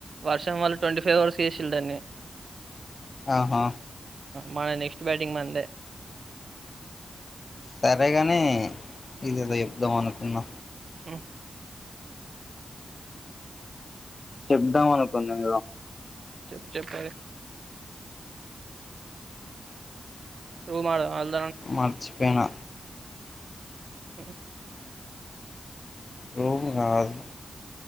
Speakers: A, on the right; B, on the left.
A: వర్షం వళ్ళా ట్వంటీ ఫైవ్ ఓవర్స్ చేసిరీ దాన్ని
B: ఆహా
A: మది నెక్స్ట్ బ్యాటింగ్ మందే
B: సరేగాని ఇదేదో చెప్దాం అనుకున్నా
A: ఉ
B: చెప్దాం అనుకున్నా ఏదో
A: చెప్పు చెప్పు అదె రూమ్ ఆడు అల్
B: మర్చిపోయిన
A: హు
B: రూమ్ కాదు